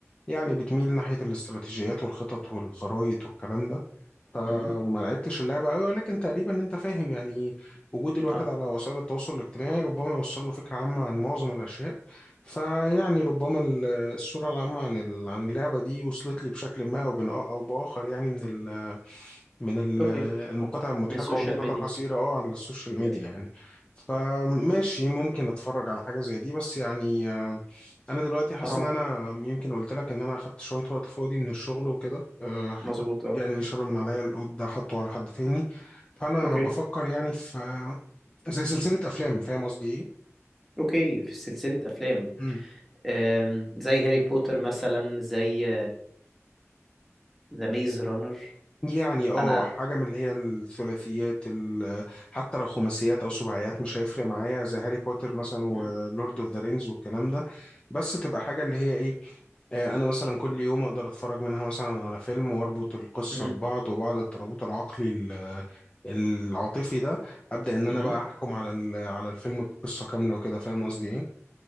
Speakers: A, on the left; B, in the centre.
A: يعني بتميل ناحيه الاستراتيجيات والخطط والخرايط والكلام ده فما
B: مهم.
A: لعبتش اللعبة قوي ولكن تقريبا انت فاهم يعني وجود الواحد
B: اه
A: على وسائل التواصل الاجتماعي ربما يوصل له فكرة عامة عن معظم الأشياء فيعني ربما ال- الصورة العامة عن ال- عن اللعبة دي وصلت لي بشكل ما أو بن- أو بآخر يعني من ال من ال-
B: اوكي
A: المقاطع المضحكة
B: من السوشيال
A: والمقاطع
B: ميديا
A: القصيرة اه على السوشيال ميديا
B: يس
A: يعني فماشي ممكن اتفرج على حاجة زي دي بس يعني آه، انا دلوقتي حاسس
B: اها
A: ان انا يمكن قلت لك ان انا اخدت شوية وقت فاضي من الشغل وكده آه، حط-
B: مظبوط اه
A: يعني شالوا من عليا اللود ده حطه على حد تاني فانا
B: اوكي
A: بفكر يعني في زي سلسلة افلام فاهم قصدي
B: اوكي في سلسلة افلام
A: ايه
B: أم، زي هاري بوتر مثلا زي ذا ميز رانر
A: يعني اه
B: انا
A: حاجة من اللي هي الثلاثيات ال- حتى لو خماسيات أو سباعيات مش هيفرق معايا زي هاري بوتر مثلا ولورد
B: مم.
A: اوف ذا رينجز والكلام ده بس تبقى حاجة اللي هي ايه آه، أنا مثلا كل يوم أقدر أتفرج منها مثلا على فيلم وأربط القصة
B: مهم.
A: ببعض وبعد الترابط العقلي ال- العاطفي ده أبدأ إن أنا
B: مهم.
A: بقى أحكم على ال- على الفيلم كقصة كاملة وكده فاهم قصدي ايه؟